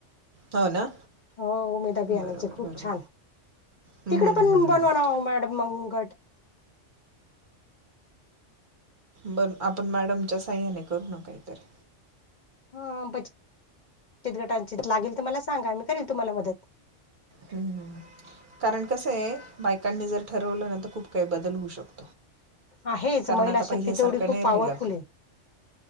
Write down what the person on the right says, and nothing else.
हो ना
बरोबर
बरोबर
हम्म,
हम्म, हम्म,
हम्म.
बण आपण मॅडमच्या सह्याने करू नकाहीतरी
हम् कारण कसं आहे बायकांनी जर ठरवलं नंतर खूप काही बदल होऊ शकतो
कारण
आता
पहिल्यासारखं
नाही
राहिलं